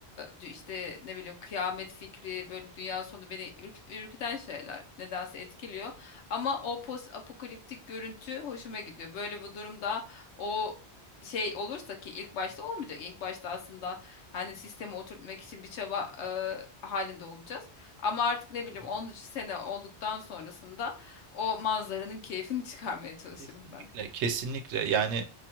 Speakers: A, on the left; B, on the right.
A: dü- işte ne bileyim kıyamet fikri, böyle dünya sonu beni ürk- ürküten şeyler nedense etkiliyor. Ama o post apokaliptik görüntü hoşuma gidiyor. Böyle bu durumda o şey olursa ki ilk başta olmayacak. İlk başta aslında hani sistemi oturtmak için bir çaba e, halinde olacağız. Ama artık ne bileyim
B: Hı hı.
A: onuncu sene olduktan sonrasında o manzaranın keyfini <laughs> çıkarmaya çalışırım
B: Kesinlikle,
A: ben.
B: kesinlikle. Yani